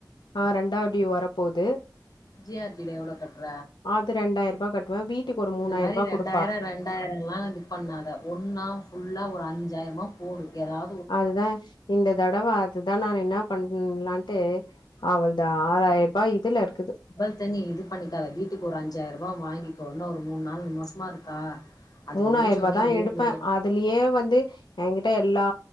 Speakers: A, on the left; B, on the left.
A: ஆ ரெண்டாவது டியூ வரப்போது
B: ஜி ஆர் டி ல எவ்ளோ கட்ற
A: அது ரெண்டாயிர ரூபா கட்டுவே வீட்டுக்கு ஒரு மூனாயிர
B: இந்த மாரி
A: ரூபா குடு
B: ரெண்டாயிரோ ரெண்டாயிரம்லா இது பண்ணாத ஒன்னா ஃபுல்லா ஒரு அஞ்சாயிரமா போடு ஏதாவ
A: அதுதா இந்த தடவை அதுதா நா என்ன பண்ணலான்ட்டு அவ்ள்து ஆறாயிரம் ரூபா இதுல இருக்குது
B: இத்த நீ இது பண்ணிக்காத வீட்டுக்கு ஒரு அஞ்சாயிரம் ரூபா வாங்கிக்கோ ஒரு மூணு நாள் மாசதா இருக்கா அது
A: மூணாயிரம்
B: முடிச்சோனே
A: ரூபா தா
B: இதுவு
A: எடுப்பே
B: முடிஞ்சிரு
A: அதுலயே வந்து என்கிட்ட எல்லா